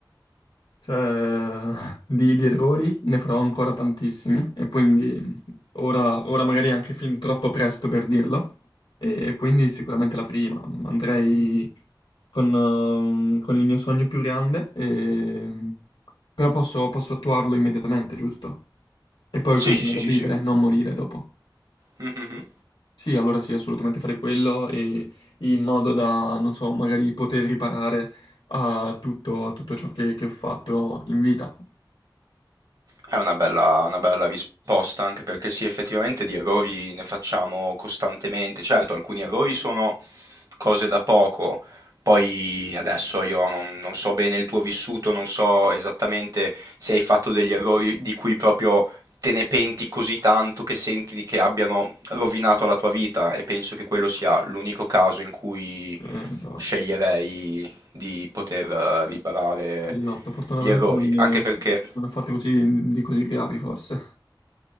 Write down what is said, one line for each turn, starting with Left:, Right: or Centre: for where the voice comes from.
Left: Cioè, <laughs> di, di errori ne farò ancora tantissimi e quindi ora, ora magari è anche fin troppo presto per dirlo e quindi sicuramente la prima. Andrei con, eh, con il mio sogno più grande, e- però posso, posso attuarlo immediatamente, giusto? E poi
Right: Sì,
Left: continuare
Right: sì, sì, sì,
Left: a vivere,
Right: sì.
Left: non morire dopo.
Right: Mhm.
Left: Sì, allora sì, assolutamente farei quello e in modo da, non so, magari poter riparare a tutto, a tutto ciò che, che ho fatto in vita.
Right: È una bella, una bella risposta, anche perché sì, effettivamente di errori ne facciamo costantemente. Certo, alcuni errori sono cose da poco. Poi adesso io non, non so bene il tuo vissuto, non so esattamente se hai fatto degli errori di cui proprio te ne penti così tanto che senti che abbiano rovinato la tua vita e penso che quello sia l'unico caso in cui
Left: Cioè, insomma.
Right: sceglierei di poter eh, riparare
Left: Esatto, fortunatamente
Right: gli errori,
Left: non, ne,
Right: anche perché...
Left: non ho fatto così di così gravi forse.